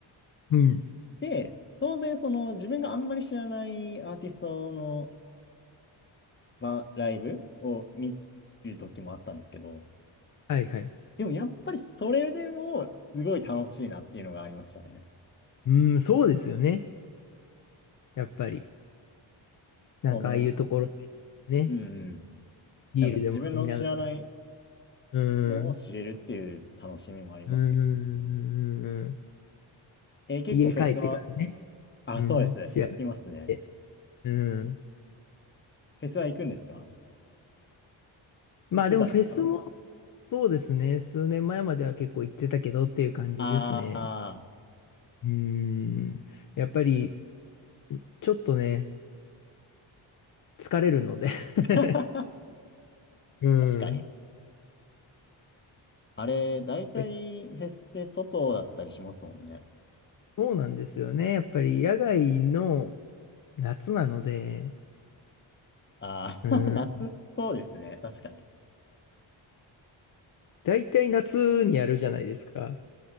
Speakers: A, on the left; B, on the left.
A: うん。
B: で、当然その自分があんまり知らないアーティストのまライブを見る時もあったんですけど、
A: はいはい。
B: でもやっぱりそれでもすごい楽しいなっていうのがありましたね。
A: うん、そうですよね。やっぱり。なんかああいうところで
B: この、
A: ね。
B: うんうん、
A: ビールでも飲みながら。
B: なんか自分の知らない
A: うん。
B: のを知れるっていう楽しみもありますよね。
A: うんうんうんうん。
B: えー結構フェスは、
A: 家帰ってからね。
B: あ、
A: うん。
B: そうです。聞きますね。
A: 調べて。うん。
B: フェスは行くんですか
A: まあでもフェスも
B: 行ってたんですか
A: そうですね。数年前までは結構行ってたけどっていう感じですね。
B: ああ
A: うーん。やっぱり、ちょっとね、疲れるので <laughs>
B: ー、
A: うん。
B: 確かに。
A: <laughs> やっ
B: あれ、大体フェスって外だったりしますもんね。
A: ぱりそうなんですよね。やっぱり野外の夏なので、
B: ああ、
A: うん。
B: <laughs> 夏、そうですね。確かに。い
A: 大体夏にやるじゃないですか。